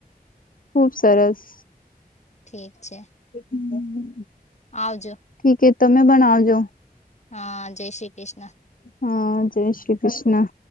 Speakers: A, on the left; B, on the left.
A: ખુબ સરસ.
B: ઠીક છે.
A: હમ.
B: આવજો.
A: ઠીક એ તમે બનાજો.
B: હા જય શ્રી કૃષ્ણ.
A: હા જય શ્રી કૃષ્ણ.